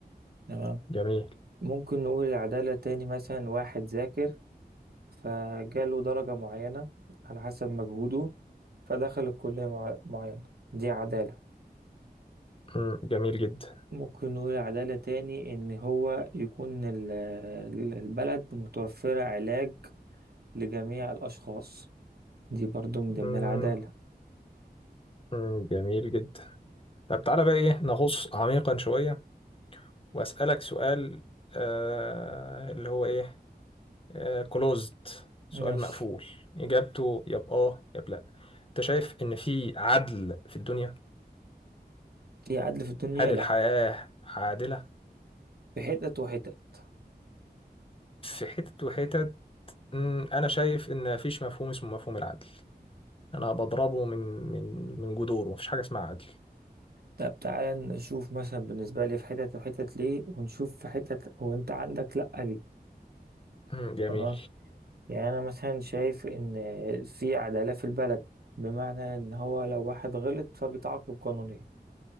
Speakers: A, on the right; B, on the left.
A: تمام
B: جميل
A: ممكن نقول العدالة تاني مثلا واحد ذاكر فجاله درجة معينة على حسب مجهوده فدخل الكلية مع- معينة دي عدالة
B: مم. جميل جدا
A: ممكن نقول عدالة تاني إن هو يكون ال- ال- البلد متوفرة علاج لجميع الأشخاص دي برضو من ضمن
B: مم.
A: العدالة
B: مم. جميل جدا طب تعالى بقى ايه نغوص عميقا شوية واسألك سؤال آه اللي هو ايه كلوزد سؤال
A: فماشي
B: مقفول اجابته يا بآه يا بلا انت شايف ان في عدل في الدنيا
A: في عدل في الدنيا
B: هل
A: لأ
B: الحياة عادلة؟
A: في حتت وحتت
B: في حتت وحتت مم، أنا شايف إن مفيش مفهوم اسمه مفهوم العدل أنا بضربه من من من جذوره مفيش حاجة اسمها عدل
A: طب تعالى نشوف مثلا بالنسبة لي في حتت وحتت ليه ونشوف في حتت وانت عندك لأ ليه
B: مم، جميل
A: تمام يعني أنا مثلا شايف إن في عدالة في البلد بمعنى إن هو لو واحد غلط فبيتعاقب قانونيا